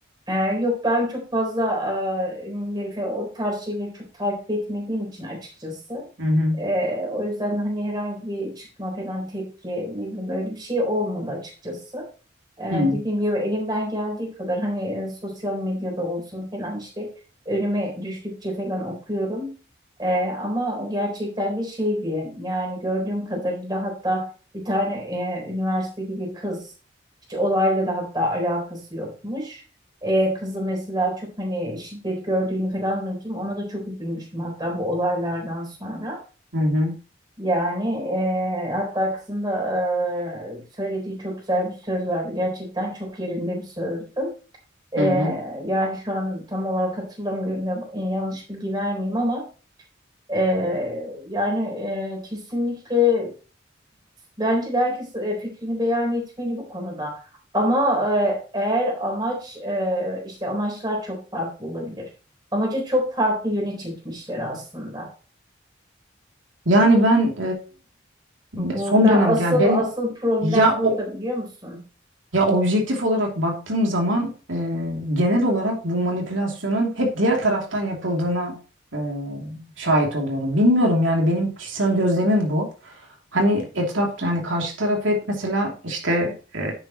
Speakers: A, on the right; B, on the right.
A: Ee, yok ben çok fazla e, ünlüleri falan o tarz şeyleri çok takip etmediğim için açıkçası.
B: Hı hı.
A: Ee, o yüzden hani herhangi bir çıkma falan tepki ne bileyim öyle bir şey olmadı açıkçası. Ee,
B: Hmm.
A: dediğim gibi elimden geldiği kadar hani e, sosyal medyada olsun falan işte önüme düştükçe falan okuyorum. Ee, ama o gerçekten de şey diye yani gördüğüm kadarıyla hatta bir tane e, üniversiteli bir kız hiç olayla da hatta alakası yokmuş. Ee, kızı mesela çok hani şiddet gördüğünü falan duymuştum. Ona da çok üzülmüştüm hatta bu olaylardan sonra.
B: Hı hı.
A: Yani eee, hatta kızın da eee, söylediği çok güzel bir söz vardı. Gerçekten çok yerinde bir sözdü. Eee,
B: Hı hı.
A: yani şu an tam olarak hatırlamıyorum. ya- e, yanlış bilgi vermeyeyim ama eee, yani eee, kesinlikle bence de herkes eee, fikrini beyan etmeli bu konuda. Ama eee, eğer amaç eee, işte amaçlar çok farklı olabilir. Amacı çok farklı yöne çekmişler aslında.
B: Yani ben
A: Burada
B: e, son dönemde
A: asıl
B: yani benim
A: asıl problem
B: ya
A: burada
B: o
A: biliyor musun?
B: Ya objektif olarak baktığım zaman e, genel olarak bu manipülasyonun hep diğer taraftan yapıldığına e, şahit oluyorum. Bilmiyorum yani benim kişisel gözlemim bu. Hani etrafta yani karşı tarafı hep mesela işte e,